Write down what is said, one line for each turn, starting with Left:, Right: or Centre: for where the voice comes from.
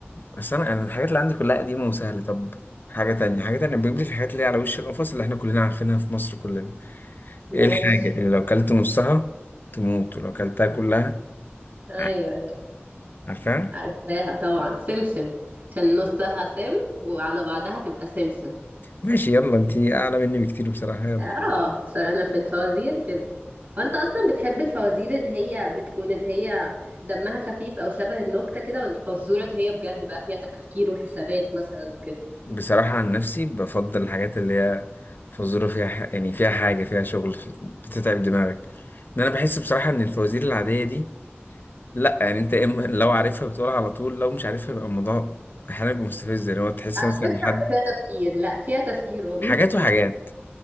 Left: بس انا انا الحاجات اللي عندي كلها قديمة وسهلة طب حاجة تانية حاجة تانية بجيب لك الحاجات اللي هي على وش القفص اللي احنا كلنا عارفينها في مصر كلنا
Right: ماشي
Left: ايه الحاجة اللي لو كلت نصها تموت ولو كلتها كلها
Right: ايوه
Left: عادي؟
Right: ايوه
Left: عارفاها
Right: عارفاها طبعا سمسم عشان نصها سم وعلى بعضها تبقى سمسم
Left: ماشي يلا انتي اعلى مني بكتير بصراحة يلا
Right: اه صار انا في الفوازير كده وانت اصلا بتحب الفوازير اللي هي بتكون اللي هي دمها خفيف او شبه النكتة كده ولا الفزورة اللي هي بجد بقى فيها تفكير وحسابات مثلا وكده
Left: بصراحة عن نفسي بفضل الحاجات اللي هي فزورة فيها ح... يعني فيها حاجة فيها شغل ف- بتتعب دماغك ان انا بحس بصراحة ان الفوازير العادية دي لا يعني انت إما <laughs> لو عارفها بتقولها على طول لو مش عارفها يبقى الموضوع احيانا بيبقى مستفز يعني هو تحس
Right: على
Left: مثلا
Right: فكرة
Left: حد
Right: بيبقى فيها تفكير لا فيها تفكير والله
Left: حاجات وحاجات